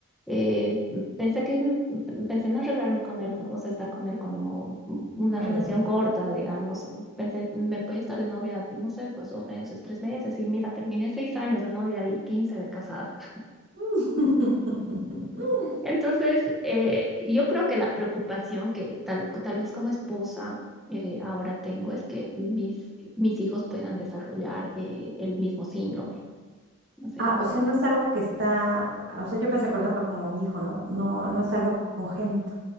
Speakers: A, in the centre; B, on the right (about 55°).
A: eh, pensé que pensé en arreglarme con él, o sea, estar con él como una
B: amiga.
A: relación corta, digamos. Pensé, me voy a estar de novia, no sé, pues dos meses, tres meses, y mira, terminé seis años de novia y quince de casada. <laughs>
B: <laughs>
A: Entonces, eh, yo creo que la preocupación que tal, tal vez como esposa eh, ahora tengo es que mis, mis hijos puedan desarrollar eh, el mismo síndrome. O sea,
B: Ah, o sea, no es algo que está, ah, o sea, yo pensé, por ejemplo, como mi hijo, ¿no? No, no es algo congénito,